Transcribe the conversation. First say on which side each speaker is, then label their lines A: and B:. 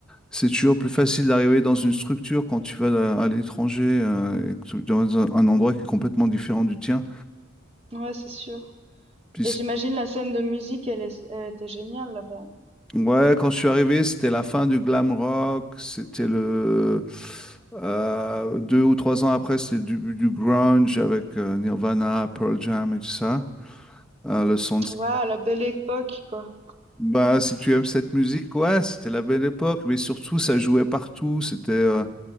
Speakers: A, in the centre; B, on the right.
A: C'est toujours plus facile d'arriver dans une structure quand tu vas à, à l'étranger, euh, et que tu- dans un un endroit qui est complètement différent du tien.
B: Ouais, c'est sûr.
A: Puis
B: Et j'imagine la scène de musique, elle, est- elle était géniale là-bas.
A: Ouais, quand je suis arrivé, c'était la fin du glam rock. C'était le euh, deux ou trois ans après, c'était le début du grunge avec euh, Nirvana, Pearl Jam et tout ça. Euh, le son de...
B: non Ouais, la belle époque, quoi.
A: Bah, si tu aimes cette musique, ouais, c'était la belle époque. Mais surtout, ça jouait partout. C'était, euh,